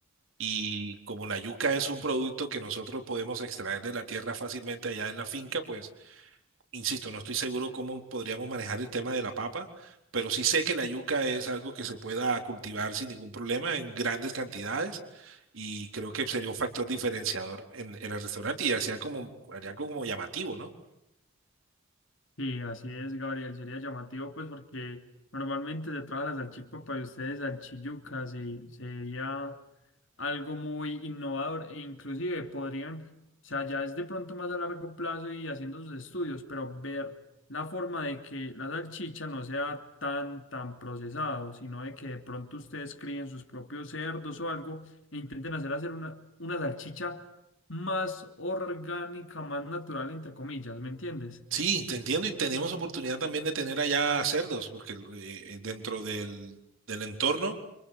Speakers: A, on the right (about 70°); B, on the left (about 65°).
A: Y como la yuca es un producto que nosotros podemos extraer de la tierra fácilmente allá en la finca, pues Insisto, no estoy seguro cómo podríamos manejar el tema de la papa, pero sí sé que la yuca es algo que se pueda cultivar sin ningún problema en grandes cantidades y creo que sería un factor diferenciador en, en el restaurante y haría como, haría algo como llamativo, ¿no?
B: Sí, así es, Gabriel. Sería llamativo, pues, porque normalmente se trabaja la salchipapa y ustedes salchiyucas y sería algo muy innovador e inclusive podrían, o sea, ya es de pronto más a largo plazo y haciendo sus estudios, pero ver la forma de que la salchicha no sea tan, tan procesado, sino de que de pronto ustedes críen sus propios cerdos o algo e intenten hacer, hacer una, una salchicha más orgánica, más natural, entre comillas, ¿me entiendes?
A: Sí, te entiendo y tenemos oportunidad también de tener allá cerdos, porque eh, dentro del, del entorno